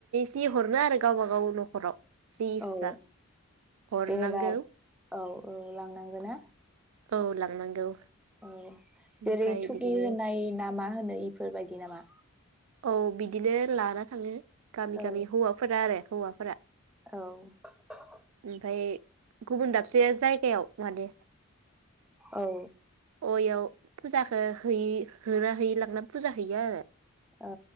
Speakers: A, on the right; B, in the centre.
A: जे हरनो आरो गावबा गाव न'खराव जे इसा
B: औ
A: अरनांगौ
B: जेनेबा औ औ लांनांगोन ना?
A: औ लांनांगौ।
B: औ
A: ओमफ्राय
B: जेरै थुगि
A: बिदिनो
B: होनाय नामा होनो इफोरबाय दि नामा?
A: औ बिदिनो लाना थाङो। गामि
B: औ
A: गामि हौवाफोरा आरो हौवाफोरा
B: औ
A: ओमफ्राय गुबुन दाबसे जायगायाव माने
B: औ
A: अ' याव फोजाखो होयै होना होयै लांना फोजा हैयो आरो।
B: ओ